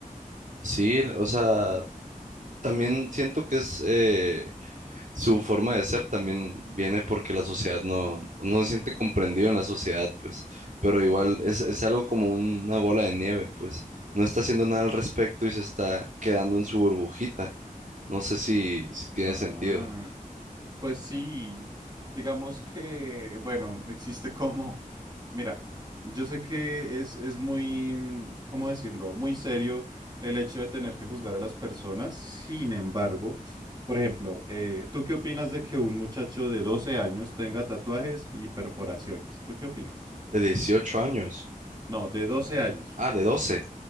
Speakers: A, on the right; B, on the right.
A: Sí, o sea, también siento que es, eh, su forma de ser también viene porque la sociedad no, no se siente comprendido en la sociedad, pues, pero igual es, es algo como una bola de nieve, pues, no está haciendo nada al respecto y se está quedando en su burbujita. No sé si, si tiene
B: Ah.
A: sentido.
B: Pues sí, digamos que, bueno, existe como, <laughs> mira, yo sé que es, es muy, mm, ¿cómo decirlo? Muy serio el hecho de tener que juzgar a las personas. Sin embargo, por ejemplo, eh, ¿tú qué opinas de que un muchacho de 12 años tenga tatuajes y perforaciones? ¿Tú qué opinas?
A: De 18 años.
B: No, de 12 años.
A: Ah, de doce